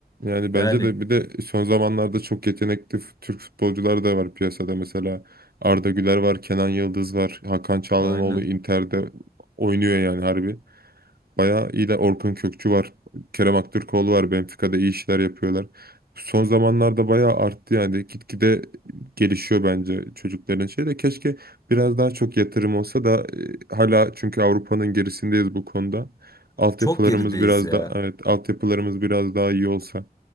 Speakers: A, on the right (about 75°); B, on the left (about 20°).
A: Yani bence
B: Yani
A: de bir de son zamanlarda çok yetenekli f- Türk futbolcular da var piyasada. Mesela Arda Güler var, Kenan Yıldız var, Hakan Çalhanoğlu
B: aynen.
A: Inter'de oynuyor yani harbi. Bayağı iyi de Orkun Kökçü var. Kerem Aktürkoğlu var. Benfica'da iyi işler yapıyorlar. Son zamanlarda bayağı arttı yani. Gitgide gelişiyor bence çocukların şeyi de. Keşke biraz daha çok yatırım olsa da e, hala çünkü Avrupa'nın gerisindeyiz bu konuda. Altyapılarımız
B: Çok gerideyiz
A: biraz
B: ya.
A: da evet altyapılarımız biraz daha iyi olsa.